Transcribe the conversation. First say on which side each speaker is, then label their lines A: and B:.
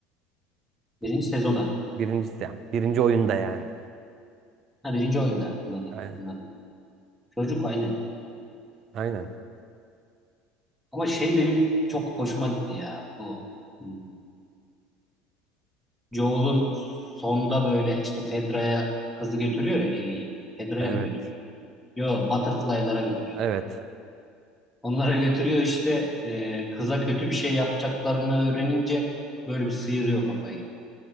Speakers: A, in the centre; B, on the right.
A: birinci sezonda
B: Birincisi yani. Birinci oyunda yani.
A: Ha birinci oyunda anladım
B: Aynen.
A: anladım. Çocuk aynı.
B: Aynen.
A: Ama şey benim çok hoşuma gitti ya bu. Hmm, Joel'un sonda böyle işte Fedra'ya kızı götürüyor ya Ellie'yi. Fedra'ya
B: Evet.
A: mı götürüyor? Yo Butterfly'lara götürüyor.
B: Evet.
A: Onlara götürüyor işte e, kıza kötü bir şey yapacaklarını öğrenince böyle bir sıyırıyor kafayı.